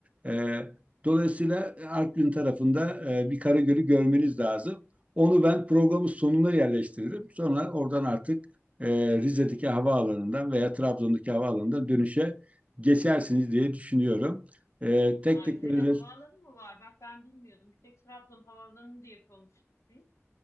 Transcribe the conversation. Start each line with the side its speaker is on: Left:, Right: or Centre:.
Right: E, dolayısıyla Artvin tarafında e, bir Karagöl'ü görmeniz lazım. Onu ben programın sonuna yerleştiririm. Sonra oradan artık e, Rize'deki havaalanından veya Trabzon'daki havaalanından dönüşe geçersiniz diye düşünüyorum. E, tek
Left: Ha,
Right: tek
Left: Rize'de
Right: böyle
Left: havaalanı mı var? Bak ben bilmiyordum. Bir tek Trabzon havaalanı diye konuştuk biz.